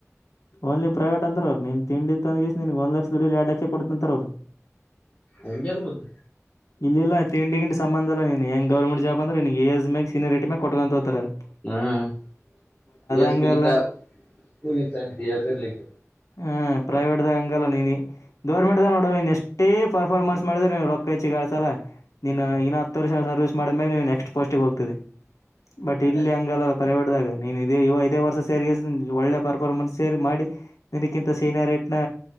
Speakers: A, on the left (about 80°); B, on the left (about 20°).
A: ಓನ್ಲಿ ಪ್ರೈವೇಟ್ ಅಂತಾರೆ ಅವರು ನಿನ್ ತಿಂಡಿ ಇತ್ತಂತಿಸಿ ನಿನಿಗ್ ಒನ್ ಲಕ್ಷ <unintelligible> ಡ ಎರಡು ಲಕ್ಷ ಕೊಡತ ಅಂತರ್ ಅವ್ರು
B: ಹಂಗೆದ್ ಮತ್ತೆ
A: ಇಲ್ಲ ಇಲ್ಲ ತಿಂಡಿ ಗಿಂಡಿ ಸಂಬಧ ಇಲ್ಲಾ ನೀನ್ ಹೆಂಗ ಗೌರ್ಮೆಂಟ್ ಜಾಬ್ಂದ್ರೆ ಎಜ್ ಮಾಗ ಸಿನ ರೇಟ ಮಾಗ ಕೊಟ್ಕೊಂತ ಹೋತಾರೆ
B: ಹಾ <unintelligible> ಎ
A: ಹಂಗಲ್ಲ
B: ಮುಗಿತಾ ಬಗ ದರ್ಲಿಕ್ಕ
A: ಹ ಪ್ರೈವೇಟ್ದ್ ಅಂಗಲ್ಲ ನೀನ್ ಗೌರ್ಮೆಂಟ್ ದ ನೋಡ ನೀನ್ ಎಷ್ಟೇ ಪರ್ಫಾರ್ಮೆನ್ಸ್ ಮಾಡಿದ್ರ ನೀವು ರೊಕ್ಕಾಚ್ಚಿಗಾಡ್ಸಲ ನೀನ್
B: ಹ್ಮ್
A: ಇನ್ನು ಹತ್ತು ವರ್ಷ ಸರ್ವಿಸ್ ಮಾಡದ್ ಮ್ಯಾಗ ನಿನ್ ನೆಕ್ಸ್ಟ್ ಪೋಸ್ಟ್ ಹೋಗ್ತಿದೆ
B: ಹ್ಮ್
A: ಬಟ್
B: ಆಟ
A: ಇಲ್ಲಿ ಹಂಗಲ್ಲಲ್ಲ ಪ್ರವೇಟ್ ದಾಗ ನೀನ್ ಇ ಐದೇ ವರ್ಷ ಸೇರಿಗೆ ಒಳ್ಳೆ ಪರ್ಫಾರ್ಮೆನ್ಸ್ ಸೇರಿ ಮಾಡಿ ನಿನಕ್ಕಿಂತ ಸೀನಿಯರ್ ರೇಟ್ ನ